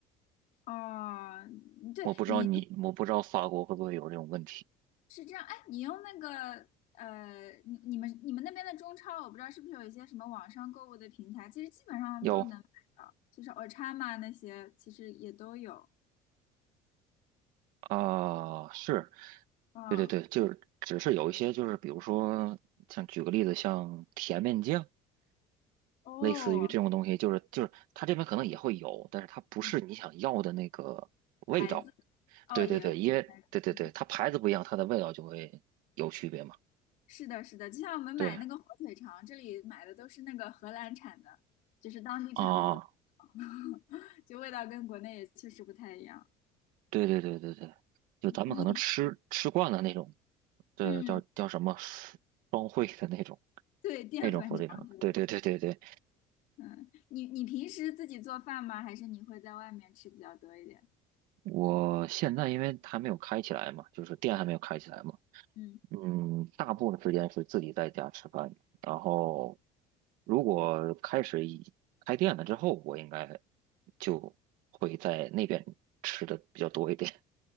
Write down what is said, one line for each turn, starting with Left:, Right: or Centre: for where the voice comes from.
Left: 哦，你对，
Right: 我不知道你，
Left: 你
Right: 我不知道法国会不会有这种问题。
Left: 是这样，哎，你用那个呃，你你们你们那边的中超，我不知道是不是有一些什么网上购物的平台，其实基本上都能买到，
Right: 有
Left: 就是 Ochama 那些其实也都有。
Right: 啊，是，
Left: 嗯，
Right: 对对对，就是只是有一些，就是比如说，像举个例子，像甜面酱，
Left: 哦，
Right: 类似于这种东西，就是就是它这边可能也会有，但是它不是你想要的那个味道。
Left: 嗯牌子，哦也。
Right: 对对对，因为对对对，
Left: 嗯
Right: 它牌子不一样，它的味道就会有区别嘛。
Left: 是的，是的，就像我们买那个火腿肠，
Right: 对
Left: 这里买的都是那个荷兰产的，就是当地产的火腿肠，
Right: 啊，
Left: <laughs> 就味道跟国内也确实不太一样。
Right: 对对对对对，就咱们可能吃吃惯了那种，
Left: 你，
Right: 这叫叫什么双双汇的那种
Left: 嗯，对，淀粉肠是吧？
Right: 那种火腿肠。对对对对对，
Left: 嗯，你你平时自己做饭吗？还是你会在外面吃比较多一点？
Right: 我现在因为还没有开起来嘛，就是店还没有开起来嘛，
Left: 嗯，
Right: 嗯，大部分时间是自己在家吃饭。然后如果开始一开店了之后，我应该就会在那边吃的比较多一点。